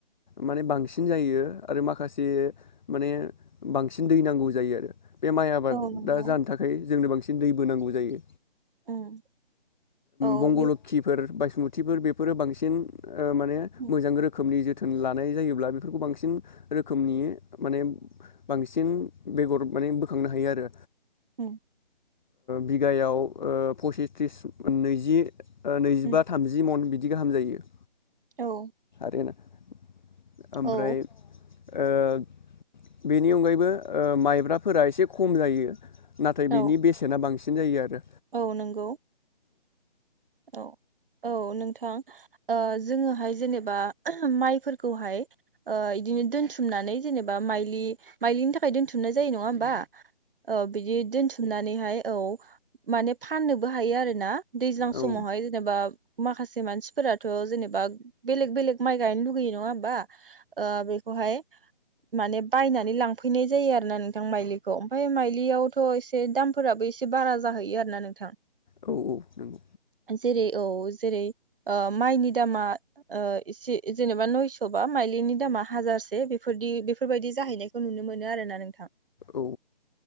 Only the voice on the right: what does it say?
औ नंगौ
उम औ
बे
उम
उम
उम
औ।
औ
औ
औ नंगौ। औ औ नोंथां जोङोहाय जेनेबा माइफोरखौहाय इदिनो दोनथुमनानै जेनेबा माइलि माइलिनि थाखाय दोन्थुमनाय जायो नङा होमबा? औ बिदि दोनथुमनानैहाय औ माने फाननोबो हायो आरोना दैज्लां
समावहाय जेनेबा माखासे मानसिफोराथ' जेनेबा बेलेग बेलेग माइ गायनो लुगैयो नङा होमबा? ओ बेखौहाय माने बायनानै लांफैनाय जायो आरो ना नोंथां माइलिखौ ओमफाय माइलियावथ' एसे दामफोराबो एसे बारा जाहैयो आर ना नोंथां।
जेरै औ जेरै माइनि दामा एसे जेनेबा नयस' बा माइलिनि दामा हाजारसे बेफोरदि बेफोरबायाददि जाहैनायखौ नुनो मोनो आर ना नोंथां।